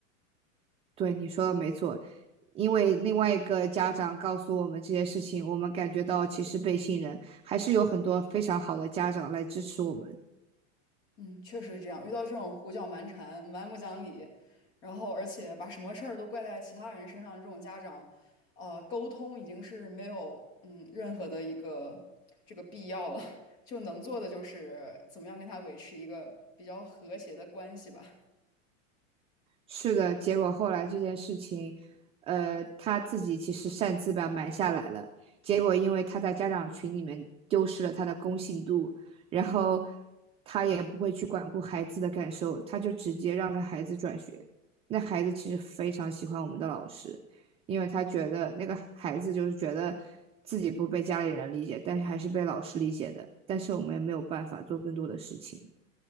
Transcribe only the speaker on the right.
对，你说的没错，因为另外一个家长告诉我们这些事情，我们感觉到其实被信任，还是有很多非常好的家长来支持我们。
是的，结果后来这件事情，呃，他自己其实擅自把瞒下来了。结果因为他在家长群里面丢失了他的公信度，然后他也不会去管顾孩子的感受，他就直接让那孩子转学。那孩子其实非常喜欢我们的老师，因为他觉得那个孩子就是觉得自己不被家里人理解，但是还是被老师理解的。但是我们也没有办法做更多的事情。